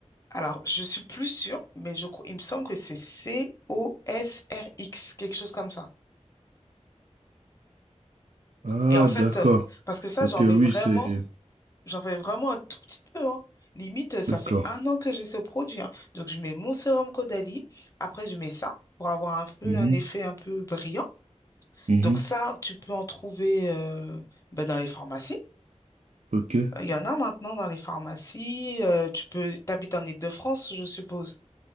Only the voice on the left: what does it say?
alors je suis plus sûre, mais je crois, il me semble que c'est C-O-S-R-X, quelque chose comme ça.
Et en fait,
euh, parce que ça,
j'en mets
vraiment,
j'en fais vraiment un tout petit peu, hein. Limite, euh, ça
fait un an que j'ai ce produit, hein. Donc, je mets mon sérum Caudalie. Après, je mets ça pour avoir un peu
un effet un peu brillant.
Donc, ça, tu peux en trouver euh, bah, dans les pharmacies.
Euh, Il y en a maintenant dans les pharmacies. euh, tu peux, t'habites en Île-de-France, je suppose.